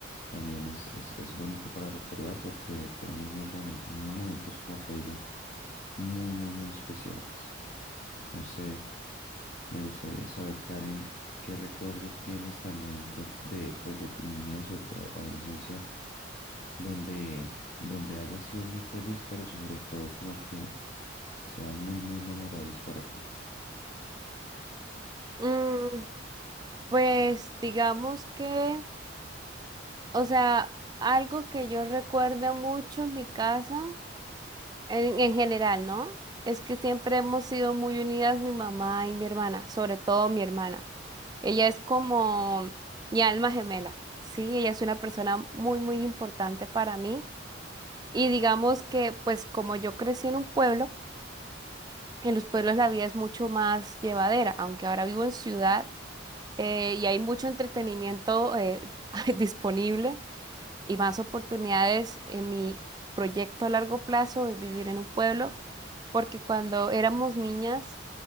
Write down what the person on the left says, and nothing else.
también es, es, es bonito para recordar porque fueron unos, bone- unos momentos, como te digo, muy, muy, muy especiales. No sé, me gustaría saber, Karen, qué recuerdos tienes también de, de, pues, de tu niñez o de tu a- adolescencia donde, donde hayas sido muy feliz, pero sobre todo como que sean muy, muy memorables para ti.